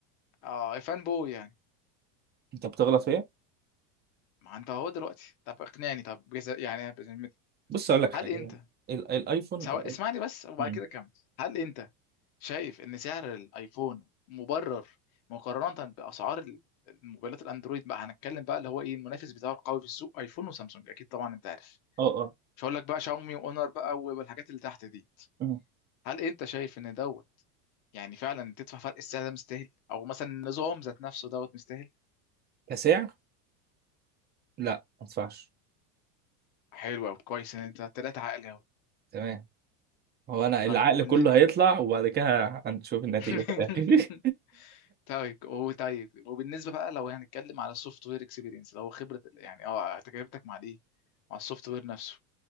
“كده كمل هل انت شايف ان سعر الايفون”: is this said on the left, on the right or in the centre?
Left